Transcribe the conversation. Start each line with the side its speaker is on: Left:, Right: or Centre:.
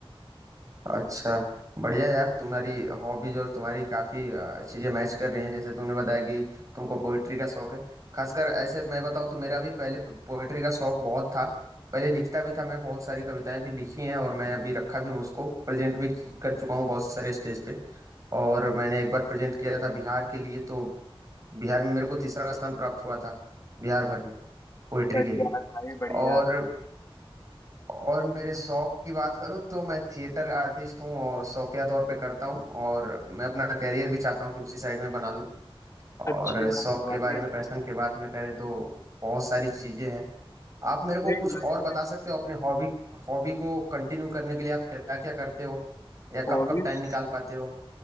Right: अच्छा बढ़िया यार तुम्हारी हॉबीज और तुम्हारी काफी अ, चीजें मैच कर रही हैं जैसे तुमने बताया कि तुमको पोइट्री का शौक है खासकर ऐसे मैं बताऊँ तो मेरा भी पहले पोइट्री का शौक बहुत था पहले लिखता भी था मैं बहुत सारी कविताएं भी लिखी हैं और मैं अभी रखा भी हूँ उसको प्रेजेंट भी कर चुका हूँ बहुत सारे स्टेज पे और मैंने एक बार प्रेजेंट किया था बिहार के लिए तो बिहार में मेरे को तीसरा स्थान प्राप्त हुआ था बिहार भर में पोइट्री
Left: बढ़िया
Right: के लिए
Left: है भाई बढ़िया
Right: और और मेरे शौक की बात करूँ तो मैं थिएटर आर्टिस्ट हूँ और शौकिया तौर पे करता हूँ और मैं अपना करियर भी चाहता हूँ कि उसी साइड में बना लूँ
Left: अच्छी
Right: और
Left: बात
Right: शौक
Left: है भाई
Right: के बारे
Left: ये-
Right: में पैशन के बात में करें तो बहुत सारी चीजें हैं आप मेरे को
Left: यही
Right: कुछ
Left: होना
Right: और
Left: चाहिए
Right: बता सकते हो अपने हॉबी हॉबी को कंटिन्यू करने के लिए आप क्या क्या करते हो या
Left: हॉबीज
Right: कब कब टाइम निकाल पाते हो